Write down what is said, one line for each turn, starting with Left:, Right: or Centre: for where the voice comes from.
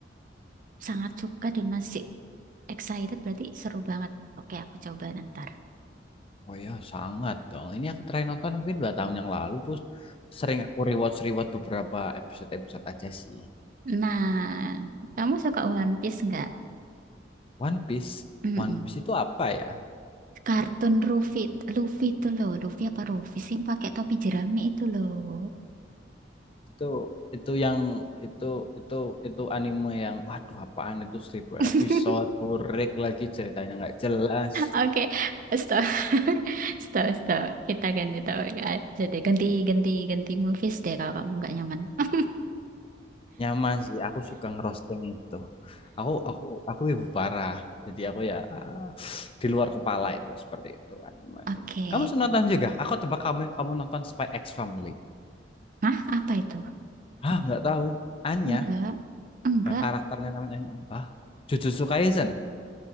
Right: sangat suka dan masih excited berarti seru banget. Oke, aku coba ntar.
Left: oh ya sangat dong ini aku terakhir nonton mungkin dua tahun yang lalu bos sering aku rewatch rewatch beberapa episode episode aja sih
Right: Nah, kamu suka One Piece nggak?
Left: One Piece
Right: Mm-mm.
Left: One Piece itu apa ya
Right: Kartun Luffy, Luffy itu loh, Luffy apa Luffy sih yang pakai topi jerami itu loh.
Left: itu itu yang itu itu itu anime yang aduh apaan itu seribu
Right: <laughs>
Left: episode burek lagi ceritanya nggak jelas
Right: Oke, stop. <laughs> Stop, stop. Kita ganti topik aja deh. Ganti, ganti, ganti movies deh kalau kamu nggak nyaman. <laughs>
Left: nyaman sih aku suka ngerosting itu aku aku aku ibu parah jadi aku ya <sniffs> ah, di luar kepala itu seperti itu anime anime
Right: Oke.
Left: kamu nonton juga aku tebak kamu kamu nonton Spy X Family
Right: Nah, apa itu?
Left: ah nggak tahu Anya
Right: Enggak, enggak,
Left: eh, karakternya namanya Anya ah Jujutsu Kaisen